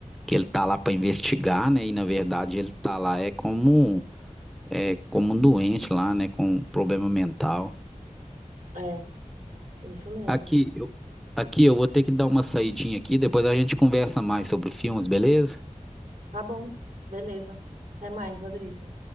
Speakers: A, in the centre; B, on the right (about 75°).
A: que ele tá lá para investigar, né? E na verdade ele tá lá é como é como um doente lá, né, com um problema mental.
B: É, isso mesmo.
A: Aqui eu aqui eu vou ter que dar uma saidinha aqui, depois a gente conversa mais sobre filmes, beleza?
B: Tá bom, beleza. Até mais, Rodrigo.